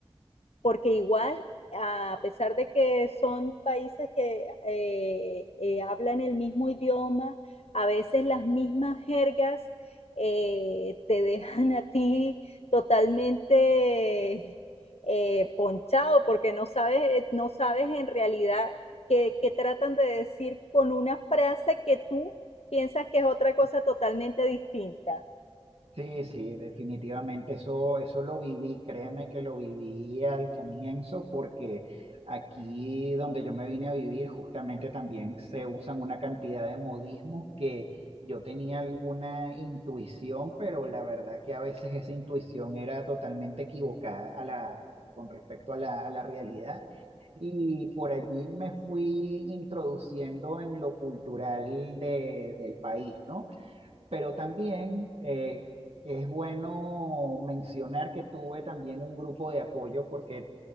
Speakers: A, on the left; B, on the right.
A: porque igual, a pesar de que son países que eh, eh, hablan el mismo idioma, a veces las mismas jergas eh, te dejan a ti totalmente eh, ponchado porque no sabes, no sabes en realidad qué, qué tratan de decir con una frase que tú piensas que es otra cosa totalmente distinta.
B: Sí, sí, definitivamente eso, eso lo viví, créeme que lo viví al comienzo porque aquí donde yo me vine a vivir justamente también se usan una cantidad de modismos que yo tenía alguna intuición, pero la verdad que a veces esa intuición era totalmente equivocada a la, con respecto a la, a la realidad y por allí me fui introduciendo en lo cultural de- del país, ¿no? Pero también eh, es bueno mencionar que tuve también un grupo de apoyo porque